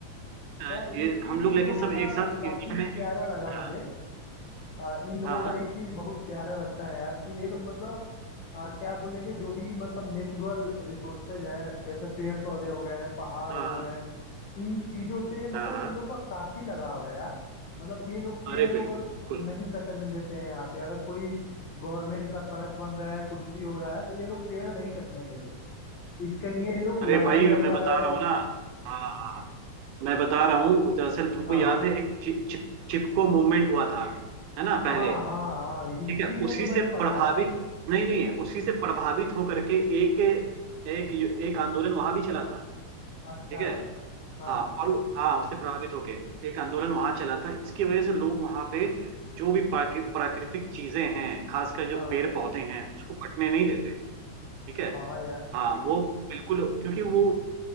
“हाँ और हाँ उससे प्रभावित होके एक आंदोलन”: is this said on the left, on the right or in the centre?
Right